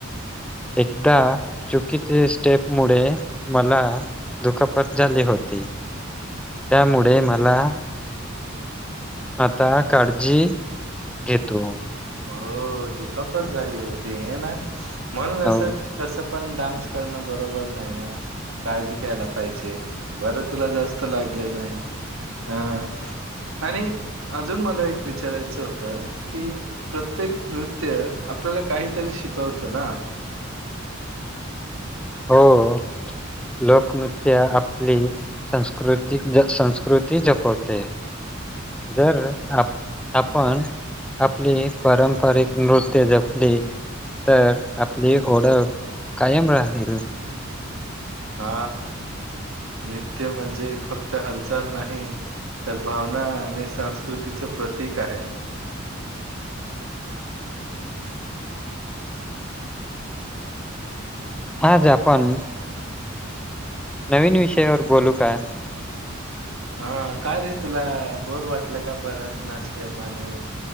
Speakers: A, in the centre; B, on the right.
A: एकदा चुकीच्या स्टेप मुडे मला दुखापत झाली होती. त्यामुळे मला आता काळजी घेतो.
B: हो. दुखापत झाली होती हे ना. म्हणून
A: हो
B: असच कसं पण डान्स करणं बरोबर नाही ना. काळजी घ्यायला पाहिजे. बरं तुला जास्त लागलं नाही. हा आणि अजून मला एक विचारायचं होतं. की, प्रत्येक नृत्य आपल्याला काहीतरी शिकवतं ना. <inaudible>
A: हो लोकनृत्य आपली संस्कृती संस्कृती जपवते. जर आप आपण आपली पारंपरिक नृत्य जपली. तर आपली ओडक कायम राहील.
B: हा नृत्य म्हणजे फक्त हालचाल नाही. तर भावना आणि संस्कृतीचं प्रतीक आहे.
A: आज आपण नवीन विषयावर बोलू काय?
B: हा काय रे तुला बोर वाटलं का? भरतनाट्यम आणि